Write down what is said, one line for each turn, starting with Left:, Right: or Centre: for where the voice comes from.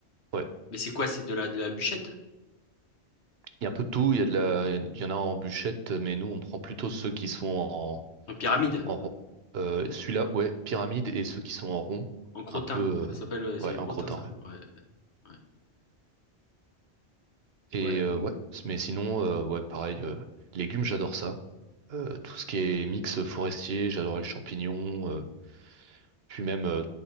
Right: Ouais,
Left: Mais c'est quoi? C'est de la de la bûchette?
Right: il y a un peu de tout, il y a de la, il y en a en bûchette, mais nous on prend plutôt ceux qui sont en,
Left: En pyramide?
Right: en, rond. Euh, celui-là, ouais, pyramide, et ceux qui sont en rond,
Left: En crottin?
Right: un peu,
Left: Ça
Right: euh,
Left: s'appelle, heu, c'est
Right: ouais,
Left: les crottins
Right: en crottin,
Left: ça?
Right: ouais.
Left: Ouais, ouais.
Right: Et
Left: Ouais,
Right: euh,
Left: mmh,
Right: ouais, mais sinon, euh, ouais, pareil, euh, légumes, j'adore ça. Euh, tout ce qui est mix forestier, j'adore les champignons. euh, Puis même euh,